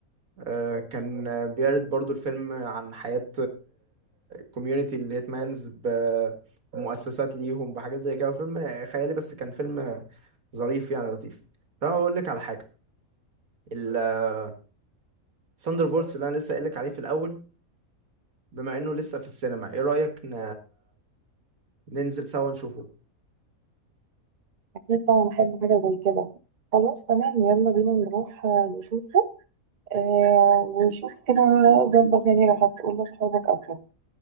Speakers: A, on the right; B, on the right.
A: آه، كان بيرد برضو الفيلم عن حياة كوميونيتي الهيتمانز بمؤسسات ليهم بحاجات زي كده فيلم خيالي بس كان فيلم ظريف يعني لطيف طب هقول لك على حاجة الثاندر بولتس اللي أنا لسه قايل لك عليه في الأول بما إنه لسه في السينما إيه رأيك ن... ننزل سوا نشوفه
B: أكيد طبعا بحب حاجة زي كده خلاص تمام يلا بينا نروح آه، نشوفه آه ونشوف كده ظبط يعني لو هتقول لأصحابك أو كده